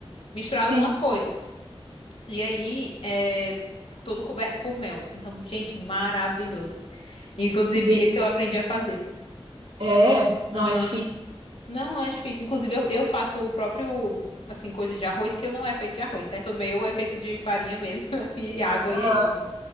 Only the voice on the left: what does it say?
misturado
com as coisas. E aí é todo coberto por mel. Então, gente, maravilhoso. Inclusive,
esse eu aprendi a fazer.
Aham.
Não, não é difícil. Inclusive, eu, eu faço o próprio, assim, coisa de arroz, que eu não é feito de arroz, certo? O meu é feito de farinha mesmo <laughs> e água,
e é isso.